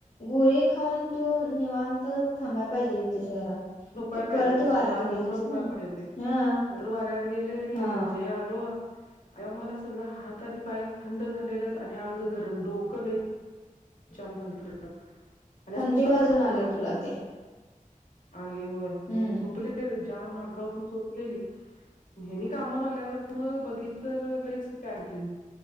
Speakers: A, on the left; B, on the left.
A: गुळी खाऊन तू निवांत थांबायला पाहिजे होतीस घरात.
B: झोपाय
A: तू
B: पाहिजे
A: परत
B: होतीस
A: वारात
B: एक तास दोन
A: गेलीस
B: तास झोपाय
A: ना
B: पाहिजे होतीस.
A: हा
B: नंतर वाऱ्यात गेले आणि
A: हा
B: जे आलो तेंव्हा मला सगळं हात आणि पाय थंड झालेलंत आणि अंग गरम डोक लय जाम झालत लयं आणि
A: थंडी
B: असं नुसतं
A: वाजून
B: थरथरलालत.
A: आले तुला ते
B: आली होय,
A: हम्म
B: मग झोपले ज्याम अंगावर घेऊन झोपलेली हेनी काम झाल्यावर मग बघितलं तर लयच होतंय आणखी मी,